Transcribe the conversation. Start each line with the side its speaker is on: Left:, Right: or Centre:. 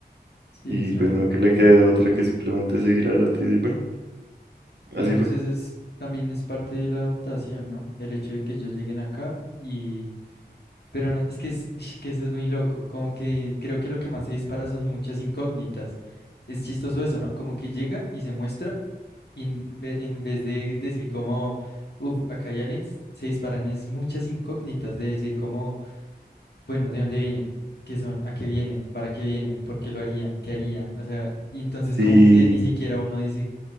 Left: Sí,
Right: Y
Left: es
Right: pues
Left: real.
Right: no que le quede otra que simplemente seguir adelante y decir, bueno, así
Left: Digamos,
Right: fue.
Left: eso es, también es parte de la adaptación, ¿no? El hecho de que ellos lleguen acá y... Pero no, es que, es, ish, que eso es muy loco. Como que creo que lo que más se dispara son muchas incógnitas. Es chistoso eso, ¿no? Como que llega y se muestra Y en, ve- en vez de decir como, uff, acá hay aliens, se disparan es muchas incógnitas de decir como, bueno, ¿de dónde vienen? ¿Qué son? ¿A qué vienen? ¿Para qué vienen? ¿Por qué lo harían? ¿Qué harían? O sea, y entonces
Right: Sí,
Left: como que ni siquiera uno dice